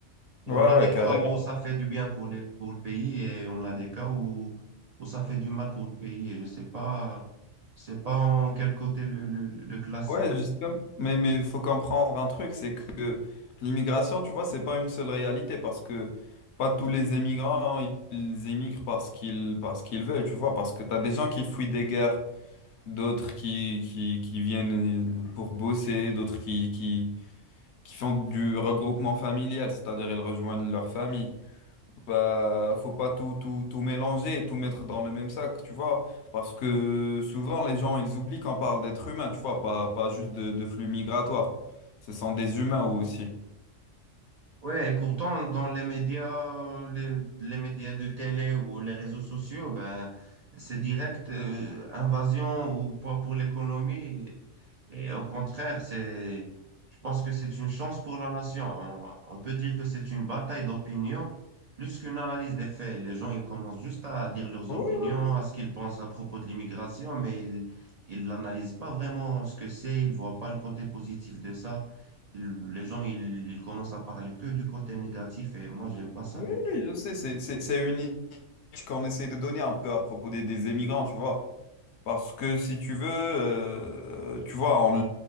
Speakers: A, on the right; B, on the left.
A: Et
B: Ouais,
A: on a
B: ouais,
A: des
B: carrément.
A: cas où ça fait du bien pour les, pour le pays et on a des cas où, où ça fait du mal pour le pays. Et je sais pas, je sais pas en quel côté le, le, le classer.
B: Ouais, justement. Mais mais il faut comprendre un truc, c'est que l'immigration, tu vois, c'est pas une seule réalité parce que pas tous les émigrants, ils émigrent parce qu'ils parce qu'ils veulent, tu vois, parce que t'as des gens qui fuient des guerres, d'autres qui, qui, qui viennent pour bosser, d'autres qui, qui, qui font du regroupement familial, c'est-à-dire ils rejoignent leur famille. Bah, faut pas tout, tout, tout mélanger et tout mettre dans le même sac, tu vois. Parce que souvent, les gens, ils oublient qu'on parle d'êtres humains, tu vois, pas, pas juste de, de flux migratoires. Ce sont des humains aussi.
A: Ouais, et pourtant, dans les médias, les, les médias de télé ou les réseaux sociaux, ben, c'est direct, euh, invasion ou poids pour l'économie. Et au contraire, c'est, je pense que c'est une chance pour la nation. On, on peut dire que c'est une bataille d'opinion plus qu'une analyse des faits. Les gens, ils commencent juste à dire leurs
B: Oui,
A: opinions, à ce qu'ils pensent à propos de l'immigration, mais ils, ils n'analysent pas vraiment ce que c'est, ils voient pas le côté positif de ça. Les gens, ils, ils commencent à parler que du côté négatif et moi, j'aime pas ça
B: oui,
A: du
B: oui,
A: tout.
B: oui, je sais, c'est c'est- c'est une image qu'on essaie de donner un peu à propos des, des émigrants, tu vois. Parce que si tu veux, euh, tu vois, on-